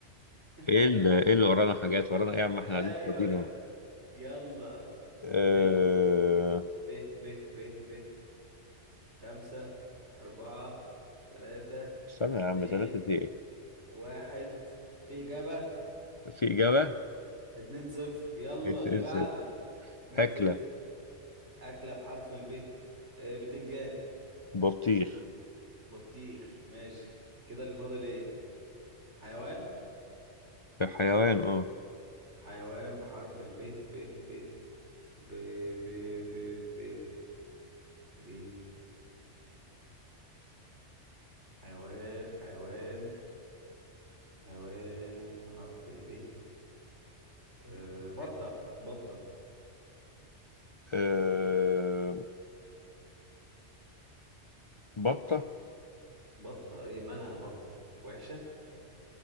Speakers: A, on the right; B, on the left.
A: <laughs>
B: ايه ال- ايه اللي ورانا حاجات ورانا ايه يا عم احنا
A: ايوه
B: قاعدين فاضيين
A: يلا
B: أه...
A: ب ب ب ب ب خمسة أربعة ثلاثة
B: استنى يا
A: اتنين
B: عم ثلاثة ايه
A: واحد في إجابة
B: في إجابة
A: اتنين صفر يلا
B: ازاي
A: اللي بعده اتنين
B: أكلة
A: صفر أكلة بحرف الب آه، بتنجان
B: بطيخ
A: بطيخ ماشي كده اللي فاضل ايه حيوان
B: حيوان اه
A: حيوان بحرف الب ب ب ب ب ب ب ب حيوان حيوان حيوان بحرف الب أه بطة بطة
B: أه... بطة
A: بطة ايه مالها البطة وحشة